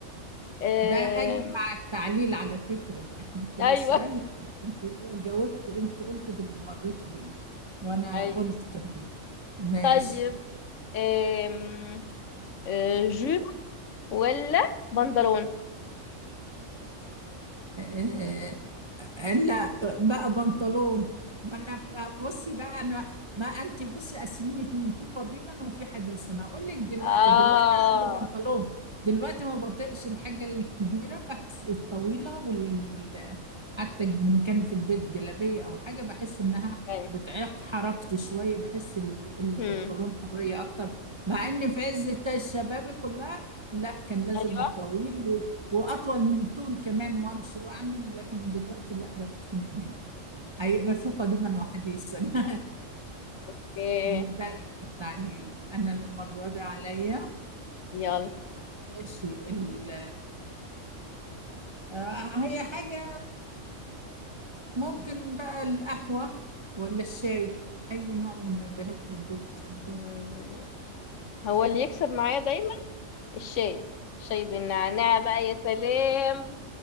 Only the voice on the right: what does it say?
ده أجب مع التعليل على فكرة احنا كل
السؤال انت جاوبت انت قلت باللي مريت بيه وانا
قلت كمان ماشي
آه، آه، لا بقى بنطلون ما انا بصي بقى انا ما انت بصي قسميني اتنين في قديما وفي حديثا اقول لك دلوقتي
دلوقتي عندي بنطلون دلوقتي ما بطيقش الحاجه الكبيره بحس الطويله وال حتى ان كان في البيت جلابيه او حاجه بحس انها
بتعيق حركتي شويه بحس ال- البنطلون
حريه اكتر مع ان في عز الشباب كلها لا كان لازم
الطويل واطول من طول كمان وامشي واعمل لكن دلوقتي لا بتخنق منه هيبقى في قديما وحديثا <laughs>
ده التعليل انا المره دي عليا
ماشي ال... آه، هي حاجه ممكن بقى القهوه ولا الشاي اي نوع منبهات من دول تحبيه